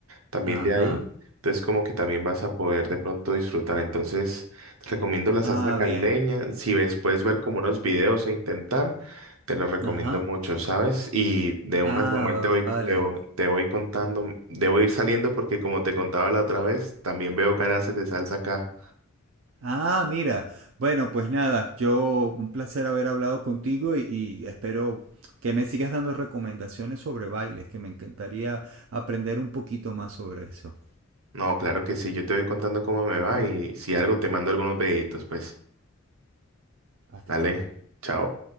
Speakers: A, on the right; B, on the right.
A: también
B: Ajá.
A: de ahí. Entonces como que también vas a poder de pronto disfrutar. Entonces te recomiendo la
B: Ah,
A: salsa caleña.
B: bien.
A: Si ves, puedes ver como unos videos e intentar, te lo recomiendo
B: Ajá.
A: mucho, ¿sabes? Y de
B: Ah,
A: una, Samuel,
B: va-
A: te voy,
B: vale.
A: te, vo- te voy contando, debo ir saliendo porque como te contaba la otra vez, también veo que haces de salsa acá.
B: Ah, mira. Bueno, pues nada, yo un placer haber hablado contigo y, y espero que me sigas dando recomendaciones sobre bailes, que me encantaría aprender un poquito más sobre eso.
A: No, claro que sí, yo te voy contando cómo me va y si algo te mando algunos videitos, pues
B: Hasta
A: dale,
B: luego.
A: chao.